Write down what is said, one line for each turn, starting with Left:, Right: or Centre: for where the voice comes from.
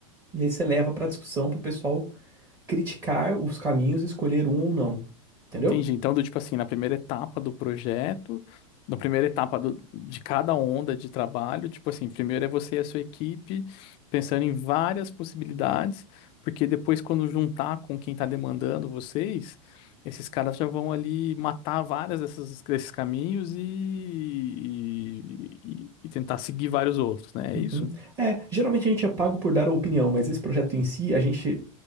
Right: E aí você leva para discussão para o pessoal criticar os caminhos e escolher um ou não. Entendeu?
Left: Entendi. Então, do tipo assim, na primeira etapa do projeto, na primeira etapa do- de cada onda de trabalho, tipo assim, primeiro é você e a sua equipe pensando em várias possibilidades, porque depois, quando juntar com quem está demandando vocês, esses caras já vão ali matar várias dessas, desses caminhos e, e, e- e tentar seguir vários outros, né?
Right: Uhum.
Left: É isso?
Right: É, geralmente a gente é pago por dar a opinião, mas esse projeto em si, a gente